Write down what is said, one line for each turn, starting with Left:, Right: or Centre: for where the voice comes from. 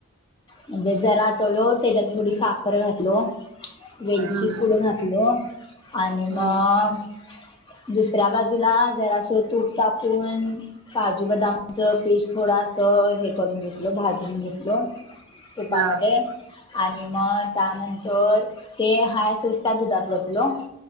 Left: म्हणजे जरा आठवलो त्याच्यात थोडी साखर घातलो वेल
Right: हम्म
Left: घातल आणि मग
Right: हम्म
Left: दुसऱ्या बाजूला ज तूप टकून काजू बदामच पीस् थोडस हे करून घेतल भाजून घेतलं दोन तुपामध्ये
Right: हा
Left: आणि मग त्यानंतर ते हाय असच त्या दुधात वतलो